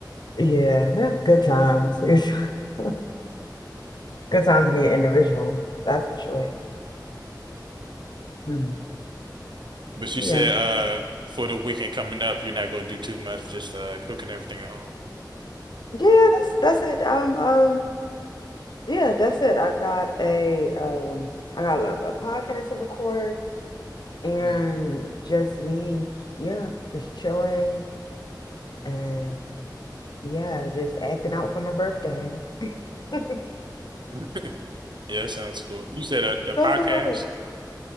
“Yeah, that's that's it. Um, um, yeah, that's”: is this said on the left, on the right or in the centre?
Left